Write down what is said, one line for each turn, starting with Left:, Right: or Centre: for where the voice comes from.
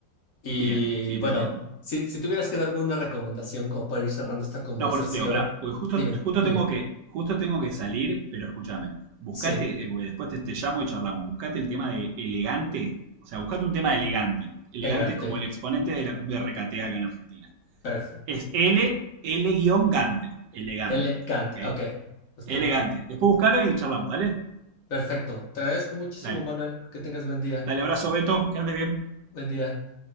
Left: Y
Right: Bien, sí,
Left: bueno,
Right: te entiendo.
Left: si, si tuvieras que darme una recomendación como para ir cerrando esta conversación,
Right: No, por eso te digo, pará, porque justo,
Left: dime,
Right: justo
Left: dime.
Right: tengo que, justo tengo que salir, pero escúchame, buscate,
Left: Sí,
Right: eh, porque después te, te llamo y charlamos, buscate el tema de elegante, o sea, buscate un tema de elegante. Elegante
Left: elegante,
Right: es como el exponente de la cumbia recatea acá en Argentina.
Left: perfecto.
Right: Es L, L-gante, elegante,
Left: Elegante,
Right: ¿ok?
Left: ok. Estoy-
Right: Elegante. Después buscalo y charlamos, ¿dale?
Left: perfecto. Te agradezco muchísimo,
Right: Dale.
Left: Manuel. Que tengas buen día.
Right: Dale, abrazo, Beto, que andes bien.
Left: Buen día.